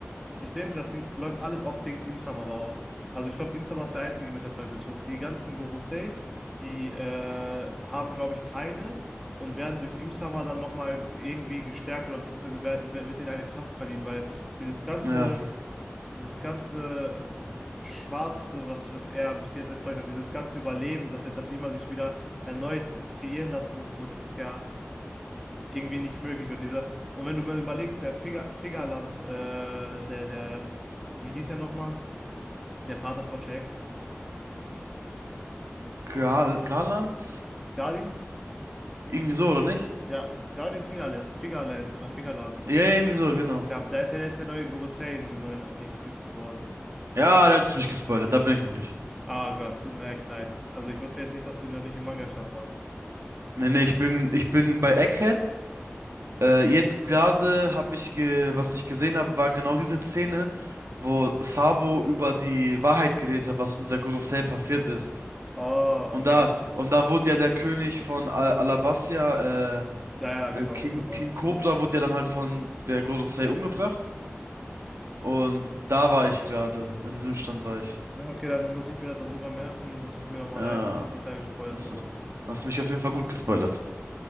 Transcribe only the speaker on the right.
Ja,
Gal Garland?
Irgendwie so, oder nicht?
Ja, ja, irgendwie so, genau.
Ja, da hättest du mich gespoilert, da bin ich noch nicht.
Nee, nee, ich bin, ich bin bei Egghead. Äh, jetzt gerade habe ich, ge was ich gesehen habe, war genau diese Szene, wo Sabo über die Wahrheit geredet hat, was in dieser Gorosei passiert ist.
Und
da, und da wurde ja der König von Al Alabastia, äh,
äh, King,
King Cobra wurde ja dann halt von der Gorosei umgebracht. Und da war ich gerade. In diesem Stand war ich.
Ja.
Hast,
hast mich auf jeden Fall gut gespoilert.